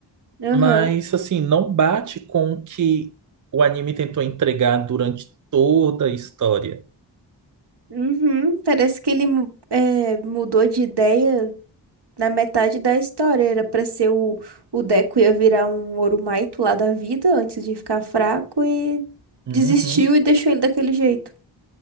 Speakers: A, on the right; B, on the right.
A: Aham.
B: Mas assim, não bate com o que o anime tentou entregar durante toda a história.
A: Uhum. Parece que ele mu- é, mudou de ideia na metade da história. Era pra ser o, o Deco ia virar um Orumaito lá da vida antes de ficar fraco e
B: Uhum,
A: desistiu e deixou ele daquele jeito.